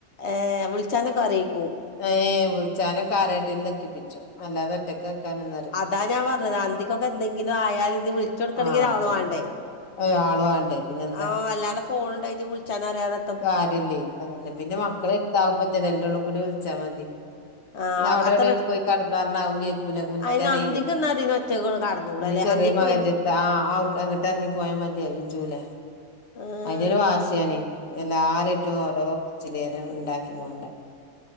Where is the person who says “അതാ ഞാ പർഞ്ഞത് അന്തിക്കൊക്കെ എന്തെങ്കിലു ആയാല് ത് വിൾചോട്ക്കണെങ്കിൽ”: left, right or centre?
Left